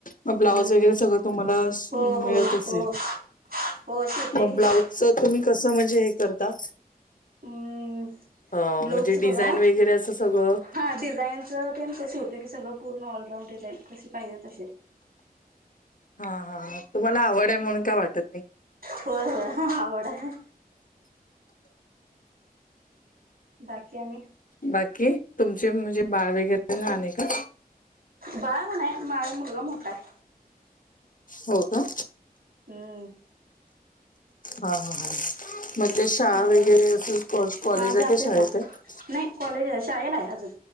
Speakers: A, on the left; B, on the right.
A: मग ब्लाऊज
B: हम्म
A: वगैरे सगळं तुम्हाला शि
B: हो
A: मिळत
B: हो
A: असेल?
B: हो हो शिवते
A: मग
B: की
A: ब्लाऊजच
B: घरात
A: तुम्ही कसं म्हणजे हे करता?
B: हम्म
A: अ
B: ब्लाऊजच
A: म्हणजे डिझाईन
B: बघा
A: वगैरे असं सगळं
B: हा डिझाईनचं ते कसे होते की सगळं पूर्ण ऑलराऊंड डिझाईन कशी पाहिजे तसे.
A: हा हा तुम्हाला आवड आहे म्हणून काय वाटत नाही.
B: होय होय आवड आहे. बाकी आणि?
A: बाकी तुमचे म्हणजे बाळ वगैरे लहाण आहे का?
B: बाळ ह नाही माझा मुलगा मोठा आहे.
A: हो का?
B: हम्म.
A: हा हा हा मग ते शाळा
B: मुलगा
A: वगैरे
B: नववीला
A: अस
B: आहे.
A: कॉ कॉलेज
B: हा जातोय
A: आहे काय शाळेत
B: ना
A: आहेत?
B: नाही कॉलेज आहे शाळेला आहे अजून